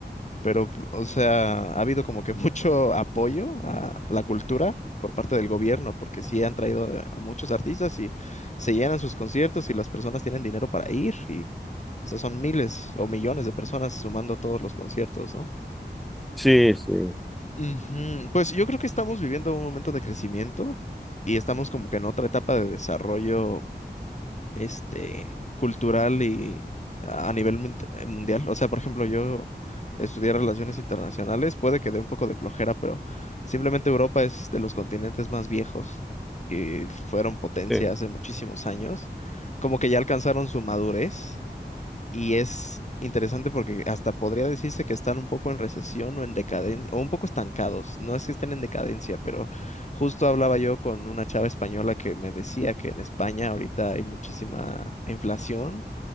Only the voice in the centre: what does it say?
Sí, sí,
sí,